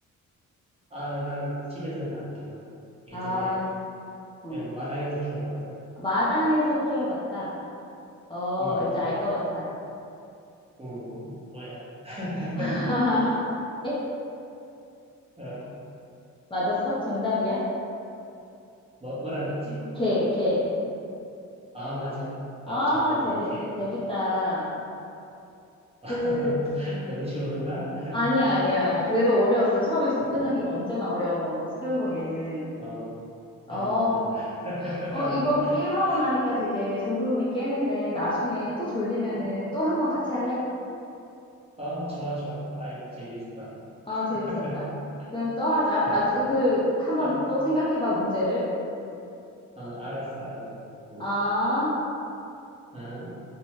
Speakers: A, on the right; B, on the left.
A: 아, 나는 집에서는 안 키워. 예전에
B: 아, 어.
A: 예, 마당에서 키워봤어.
B: 마당에서 키워봤다. 어,
A: 응,
B: 이제 알 것 같다.
A: 응, 뭐야. <laughs>
B: <laughs> 에?
A: 어,
B: 맞았어? 정답이야?
A: 뭐, 뭐라 그랬지?
B: 개, 개.
A: 아, 맞아.
B: 아,
A: 어, 정답이야,
B: 재밌,
A: 개야.
B: 재밌다.
A: <laughs>
B: 그,
A: 너무 쉬웠나? <laughs>
B: 아니야, 아니야. 그래도 어려웠어. 처음에 접근하기가
A: 음,
B: 언제나 어려워. 스무고개는.
A: 어,
B: 어,
A: 아, 맞아. <laughs>
B: 어, 이거 게임하고 나니까 되게 졸음이 깨는데 나중에 또 졸리면은
A: 어,
B: 또 한 번 같이 할래?
A: 어, 좋아, 좋아. 아유, 재밌다.
B: 어,
A: <laughs>
B: 재밌었다. 그럼 또 하자.
A: 어,
B: 나, 그, 한번
A: 어,
B: 또 생각해봐, 문제를.
A: 어, 알았어, 알았어. 어,
B: 아.
A: 어.